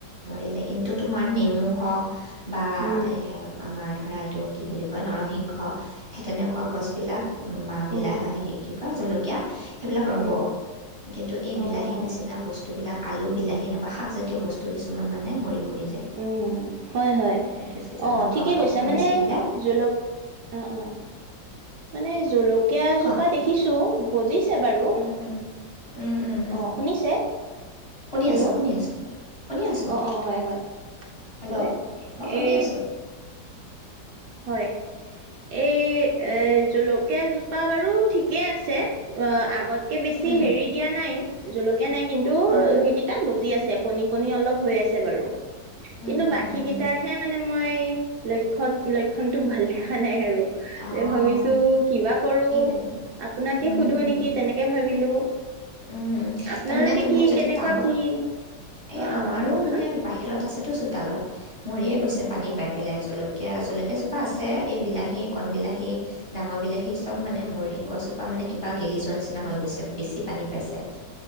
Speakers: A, on the left; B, on the right.
A: মৰি যায় কিন্তু তোমাৰ নেমু হওঁক বা
B: উম,
A: আমাৰ ধৰা এইটো কি বুলি কয় নৰসিংহ সেই তেনেকুৱা গছবিলাক বা
B: উম,
A: বিলাহ হেৰি কি কয় জলকীয়া সেইবিলাক ৰ'ব
B: উম,
A: কিন্তু এই বিলাহী
B: অ',
A: নিচিনা বস্তুবিলাক আলু বিলাহী এনেকুৱা শাকজাতীয় বস্তু কিছুমান মানে মৰি মৰি যায়
B: উ হয় হয়
A: এইটো ছিজনত
B: অ ঠিকে
A: অঁ
B: কৈছা
A: বৰষুণ
B: মানে
A: বেছি পালে
B: জলক অ' অ' মানে জলকীয়া
A: কোৱা
B: জোপা দেখিছো কোজি। বাৰু
A: উম উম উম উম উম
B: অ শুনিছে
A: শুনি
B: হেল্ল'
A: আছোঁ শুনি আছোঁ শুনি আছোঁ
B: অ, অ, হয়, হয়।
A: হেল্ল'
B: হয়
A: মই শুনি
B: এ
A: আছোঁ
B: হয়, এই এ জলকীয়া জোপা বাৰু ঠিকেই আছে। অ আগত তে বেছি
A: উম
B: হেৰি দিয়া নাই। জলকীয়া এনে কিন্তু
A: উম উম
B: সেইকেইটা গজি
A: উম
B: আছে। কণী কণী অলপ হৈ আছে বাৰু
A: উম
B: কিন্তু
A: উম
B: বাকী
A: উম
B: কেইটাৰ
A: উম
B: হে মানে মই লক্ষ্যত লক্ষণতটো ভাল দেখা নাই আৰু।
A: অঁ
B: এ ভাবিছো কিবা কৰো
A: সেইটোৱে
B: আপোনাকে
A: উম,
B: সুধো
A: উম,
B: নেকি তেনেকে ভাবিলো।
A: উম,
B: আপোনালোকে
A: তাৰমানে তোমাৰ
B: কি
A: যদি
B: কেনেকুৱা
A: টাবত
B: কি
A: এই
B: অ
A: আমাৰো
B: অ কওকচোন
A: মানে বাহিৰত আছে। চোতালত। মৰিয়ে গৈছে পানী
B: উম
A: পাই পেলাই চলক এতিয়া জলকীয়াজোপা আছে এই বিলাহী, কণ বিলাহী ডাঙৰ বিলাহী চব
B: উম
A: মানে মৰি গছপ ত মানে কিবা গেলি যোৱা নিচিনা হৈ গৈছে বেছি পানী পাইছে।